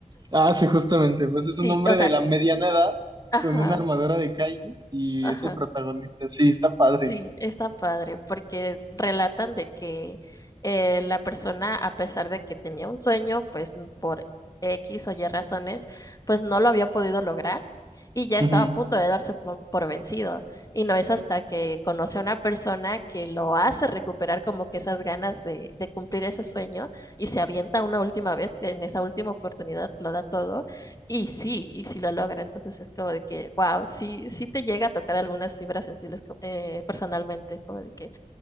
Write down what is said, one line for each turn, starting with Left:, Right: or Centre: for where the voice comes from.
Right: Ah, sí, justamente. Pues es
Left: Sí,
Right: un hombre
Left: o
Right: de
Left: sea,
Right: la mediana edad
Left: ajá,
Right: con una armadura de kaiju y
Left: ajá.
Right: es el protagonista. Sí, está padre.
Left: Sí, está padre, porque relatan de que eh, la persona, a pesar de que tenía un sueño, pues n- por X o Y razones, pues no lo había podido lograr y ya
Right: Ujú,
Left: estaba a punto de darse po- por vencido. Y no es hasta que conoce a una persona que lo hace recuperar como que esas ganas de, de cumplir ese sueño y se avienta una última vez, en esa última oportunidad lo da todo y sí, y sí lo logra, entonces es como de que, wow, sí, sí te llega a tocar algunas fibras sensibles co- eh, personalmente, como de que,